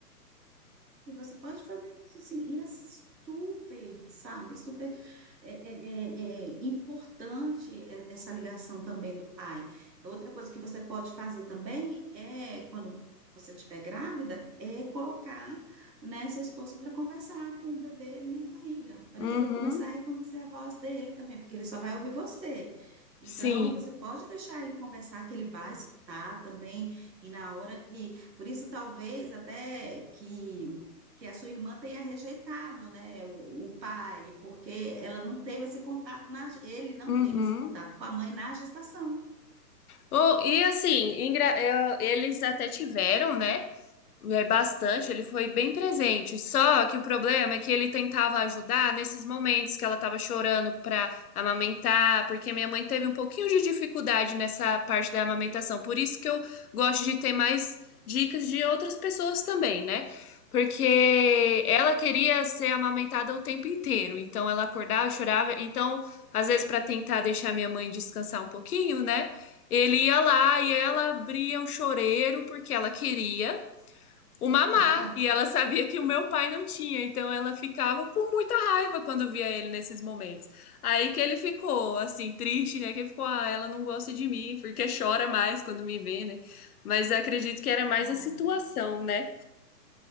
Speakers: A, on the right (about 85°); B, on the left (about 65°).
A: E Você pode fazer isso assim e é super, sabe, super é, é, é, é importante é- essa ligação também do pai. Outra coisa que você pode fazer também é, quando você estiver grávida, é colocar, né, seu esposo para conversar com o bebê na barriga, para
B: Uhum,
A: ele começar a reconhecer a voz dele também, porque ele só vai ouvir você. Então,
B: Sim.
A: você pode deixar ele conversar, que ele vai escutar também, e na hora que. Por isso, talvez até que que a sua irmã tenha rejeitado, né, o, o pai, porque ela não teve esse contato na, ele não
B: uhum.
A: teve esse contato com a mãe na gestação.
B: Oh, e assim, engra- eu- eles até tiveram, né? É bastante, ele foi bem presente. Só que o problema é que ele tentava ajudar nesses momentos que ela estava chorando para amamentar, porque minha mãe teve um pouquinho de dificuldade nessa parte da amamentação. Por isso que eu gosto de ter mais dicas de outras pessoas também, né? Porque ela queria ser amamentada o tempo inteiro, então ela acordava, chorava. Então, às vezes, para tentar deixar minha mãe descansar um pouquinho, né? Ele ia lá e ela abria um choreiro porque ela queria o mamá,
A: <laughs>
B: e ela sabia que o meu pai não tinha, então ela ficava com muita raiva quando via ele nesses momentos. Aí que ele ficou assim triste, né? Que ele ficou, ah, ela não gosta de mim, porque chora mais quando me vê, né? Mas eu acredito que era mais
A: Nada.
B: a situação, né?